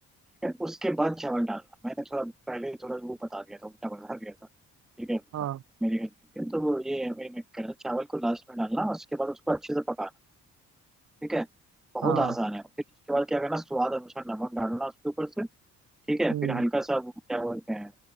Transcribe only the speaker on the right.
हाँ
हाँ
हम्म